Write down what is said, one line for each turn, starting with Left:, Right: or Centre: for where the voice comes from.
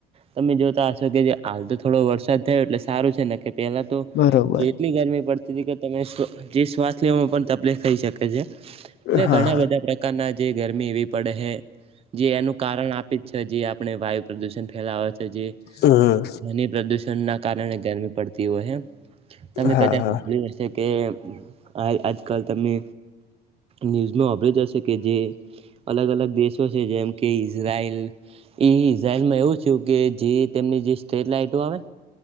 Right: તમે જોતા હશો કે જે હાલ થોડો વરસાદ થયો એટલે સારો છે ને કે પહેલા તો
Left: બરોબર
Right: એટલી ગરમી પડ <unintelligible> જે શ્વાસ લેવામાં પણ તકલીફ થઈ શકે છે એટલે
Left: હા
Right: ઘણા
Left: હા
Right: બધા પ્ર કાના જે ગરમી એવી પડે હે. જે એનું કારણ આપે જ છ જે આપણે વાયુ પ્રદુષણ ફેલાવ જે ધ્વનિ
Left: હમ
Right: પ્રદુષણ ના કારણે ગરમી પડતી હોય હે, તમે
Left: હા
Right: કદાચ
Left: હા
Right: હોભલ્યું હશે. કે ભાઇ આજકાલ તમે ન્યૂઝનો ઓભલ્યું જ હશે કે જે, અલગ અલગ દેશો છે જેમ કે ઇઝરાયેલ, એ ઈઝરાયલમાં એવું છું કે જે તેમની જે સ્ટ્રેટ લાઈટો આવે,